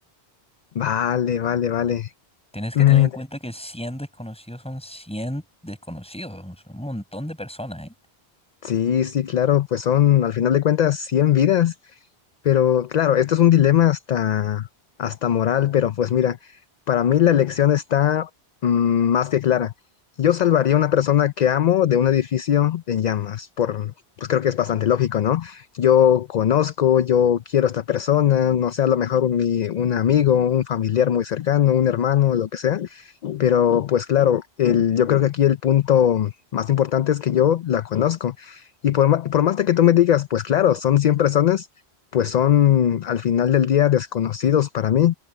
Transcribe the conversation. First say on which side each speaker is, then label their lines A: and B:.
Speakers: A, on the left (about 55°); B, in the centre.
A: Vale, vale, vale.
B: Tienes
A: Mm,
B: que tener en cuenta que 100 desconocidos son 100 desconocidos, son un montón de personas, ¿eh?
A: Sí, sí, claro, pues son al final de cuentas 100 vidas, pero claro, esto es un dilema hasta, hasta moral, pero pues mira, para mí la elección está mm, más que clara. Yo salvaría a una persona que amo de un edificio en llamas, por, pues creo que es bastante lógico, ¿no? Yo conozco, yo quiero a esta persona, no sé, a lo mejor mi, un amigo, un familiar muy cercano, un hermano, lo que sea. Pero pues claro, el, yo creo que aquí el punto más importante es que yo la conozco. Y por, ma- por más de que tú me digas, pues claro, son 100 personas, pues son al final del día desconocidos para mí.